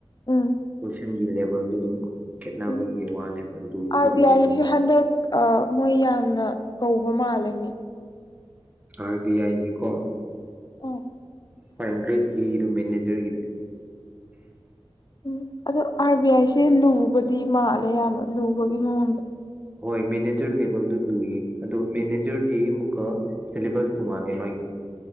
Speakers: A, on the left; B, on the right.
A: ꯎꯝ
B: ꯀꯣꯏꯁꯟꯒꯤ ꯂꯦꯕꯦꯜꯗꯣ ꯑꯗꯨꯝ ꯈꯦꯠꯅꯕꯒꯤ
A: ꯎꯝ
B: ꯋꯥꯅꯦꯕ ꯂꯨꯕꯒꯤ
A: ꯑꯥꯔ ꯕꯤ ꯑꯥꯏꯁꯦ
B: ꯂꯦꯕꯦꯜ
A: ꯍꯟꯗꯛ ꯃꯣꯏ ꯌꯥꯝꯅ ꯀꯧꯕ ꯃꯥꯜꯂꯤꯃꯤ
B: ꯑꯥꯔ ꯕꯤ ꯑꯥꯏꯒꯤꯀꯣ
A: ꯑꯣ
B: ꯐ ꯀ꯭ꯔꯦꯠ ꯕꯤꯒꯤꯗ ꯃꯦꯅꯦꯖꯔꯒꯤꯗꯣ
A: ꯎꯝ ꯑꯗꯣ ꯑꯥꯔ ꯕꯤ ꯑꯥꯏꯁꯦ ꯂꯨꯕꯗꯤ ꯃꯥꯜꯂꯦ ꯌꯥꯝꯅ ꯂꯨꯕꯒꯤ ꯃꯑꯣꯡꯗ
B: ꯍꯣꯏ ꯃꯦꯅꯦꯖꯔ ꯂꯦꯚꯦꯜꯗꯨ ꯂꯨꯏꯌꯦ ꯑꯗꯣ ꯃꯦꯅꯦꯖꯔꯗꯤ ꯑꯃꯨꯛꯀ ꯁꯤꯂꯦꯕꯁ ꯇꯣꯡꯉꯥꯜꯂꯦ ꯃꯥꯒꯤꯗꯤ